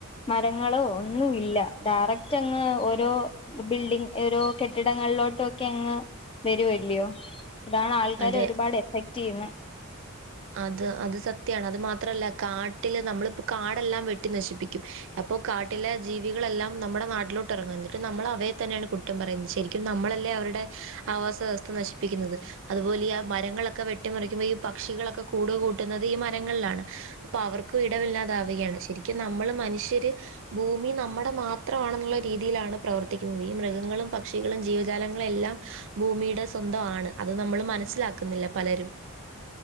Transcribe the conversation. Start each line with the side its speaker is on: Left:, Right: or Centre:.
Left: മരങ്ങളോ ഒന്നും ഇല്ല ഡയറക്റ്റ് അങ്ങ് ഓരോ ബിൽഡിങ് ഓരോ കെട്ടിടങ്ങളിലോട്ടുംക്കെ അങ്ങ് വരുവല്ല്യായോ ഇതാണ് ആൾക്കാര്
Right: അതെ
Left: ഒരുപാട് <unintelligible>
Right: അത് അത് സത്യാണ് അത് മാത്രല്ല കാട്ടില് നമ്മളിപ്പോ കാടെല്ലാം വെട്ടി നശിപ്പിക്കും അപ്പൊ കാട്ടിലെ ജീവികളെല്ലാം നമ്മുടെ നാട്ടിലോട്ടിറങ്ങും എന്നിട്ട് നമ്മൾ അവയെ തന്നെയാണ് കുറ്റം പറയുന്നത് ശരിക്കും നമ്മളല്ലേ അവരുടെ ആവാസവ്യവസ്ഥ നശിപ്പിക്കുന്നത് അതുപോലെ ആ മരങ്ങളൊക്കെ വെട്ടിമറിക്കുമ്പോ ഈ പക്ഷികള ഒക്കെ കൂട് കൂട്ടുന്നത് ഈ മരങ്ങളിലാണ് അപ്പൊ അവർക്കും ഇടവില്ലാതാവുകയാണ് ശരിക്കും നമ്മള് മനുഷ്യര് ഭൂമി നമ്മുടെ മാത്രമാണെന്നുള്ള രീതിയിലാണ് പ്രവർത്തിക്കുന്നത് ഈ മൃഗങ്ങളും പക്ഷികളും ജീവജാലങ്ങളുംയെല്ലാം ഭൂമിയുടെ സ്വന്തമാണ് അത് നമ്മൾ മനസ്സിലാക്കുന്നില്ല പലരും